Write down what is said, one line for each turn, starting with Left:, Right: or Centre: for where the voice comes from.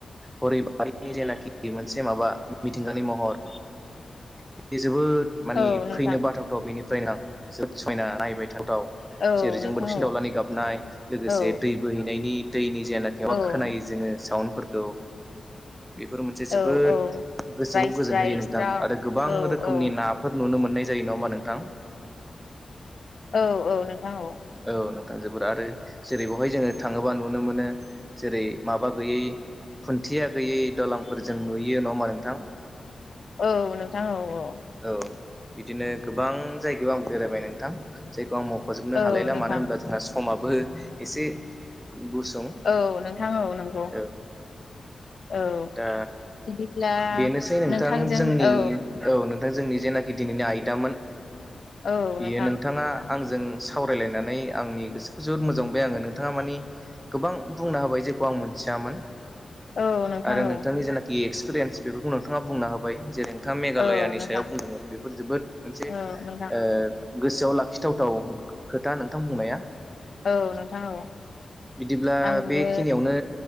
Centre: हरिबारिनि जेनाखि मोनसे माबा मिथिंगानि महर बे जोबोद माने
Left: औ नोंथां
Centre: फैनो बाथावथाव बेनिफ्रायनो आं जोबोद समायना नायबाय थावथाव
Left: औ
Centre: जेरैजोंबो
Left: नोंथां
Centre: दसे सि
Left: औ
Centre: दावलानानै गाबनाय लोगोसे
Left: औ
Centre: दै बोहैनायनि दैनि जेनाखि माबा
Left: औ
Centre: खोनायो जोङो। साउन्डफोरखौ बेफोर मोनसे जोबोद
Left: औ औ
Centre: गोसोखौ
Left: स्राय
Centre: गोजोन
Left: स्राय
Centre: होयो
Left: स्राव
Centre: नोंथां आरो गोबां
Left: औ
Centre: रोखोमनि
Left: औ
Centre: नाफोर नुनो मोनो। मोननाय जायो नामा नोंथां?
Left: औ औ नोंथां औ।
Centre: औ नोंथां जोबोर आरो जेरै बेवहाय जोङो थाङोबा नुनो मोनो जेरै माबा गैयै खुन्थिया गैयै दालांफोरजों नुयो नामा नोंथां?
Left: औ नोंथां औ औ।
Centre: औ बिदिनो गोबां जायगायाव आं बेरायबाय नोंथां जायखौ आं मावखजोबनो
Left: औ
Centre: हालायला
Left: नोंथां
Centre: मानो होनब्ला जोंहा समाबो एसे गुसुं।
Left: औ नोंथां औ नंगौ
Centre: औ।
Left: औ
Centre: दा
Left: बिदिब्ला
Centre: बेनोसै नोंथां
Left: नोंथांजों
Centre: जोंनि
Left: औ
Centre: औ नोंथां जोंनि जेनाखि दिनैनि आयदामोन
Left: औ
Centre: बियो
Left: नोंथां
Centre: नोंथाङा आंजों सावरायलायनानै आंनि गोसोखौ जोबोद मोजां मोनबाय आङो नोंथाङा मानि गोबां बुंना होबाय जेखौ आं मोनथियामोन।
Left: औ नोंथां
Centre: आरो नोंथांनि
Left: औ
Centre: जेनाखि एक्सपिरियेन्स बेफोरखौ नोंथाङा बुंनो होबाय जेरै नोंथां मेघालयानि
Left: औ नोंथां
Centre: सायाव बुंदोंमोन बेफोर जोबोद मोनसे
Left: औ नोंथां
Centre: ओ गोसोआव लाखिथावथाव खोथा नोंथां बुंनाया।
Left: औ नोंथां औ।
Centre: बिदिब्ला
Left: आंबो
Centre: बेखिनियावनो